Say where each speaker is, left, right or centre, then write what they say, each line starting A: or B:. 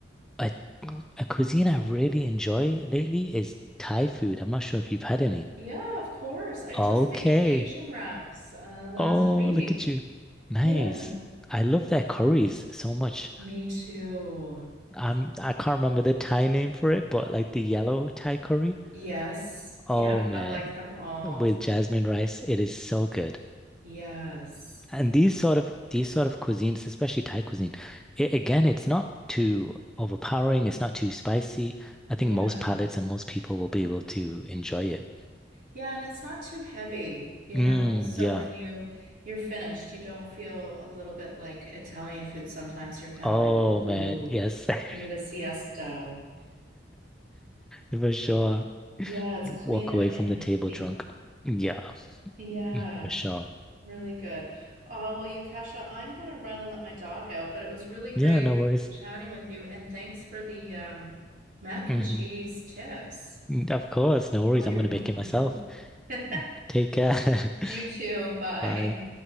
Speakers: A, in the centre; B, on the right.
A: A, a cuisine I really enjoy lately is Thai food. I'm not sure if you've had any.
B: Yeah, of course. I just
A: Okay.
B: made Asian wraps uh last
A: Oh,
B: week.
A: look at you. Nice.
B: Yeah,
A: I love their curries so much.
B: me too.
A: I'm I can't remember the Thai name for it, but like the yellow Thai curry.
B: Yes.
A: Oh
B: Yeah,
A: man.
B: I like them all.
A: With jasmine rice, it is so good.
B: Yes.
A: And these sort of these sort of cuisines, especially Thai cuisine, it, again, it's not too overpowering, it's not too spicy. I
B: Yeah.
A: think most palates and most people will be able to enjoy it.
B: Yeah, and it's not too heavy, you
A: Mm,
B: know? So
A: yeah.
B: when Yeah. you you're finished, you don't feel a little bit like Italian food sometimes. You're kind
A: Oh
B: of like, ooh,
A: man, yes. <laughs>
B: I need a siesta.
A: For sure.
B: Yeah, it's
A: You
B: clean
A: walk
B: and,
A: away
B: and
A: from the
B: Exactly. healthy.
A: table drunk. Yeah,
B: Yeah,
A: mm, for sure.
B: really good. Oh, well, you Kasha, I'm gonna run and let my dog out, but it was really great
A: Yeah, no worries.
B: chatting with you, and thanks for the um mac
A: hmm
B: and cheese tips,
A: Of course, no worries.
B: all your
A: I'm gonna
B: helpful
A: make it myself.
B: hints. <laughs>
A: Take care. <laughs>
B: You too, bye.
A: Bye.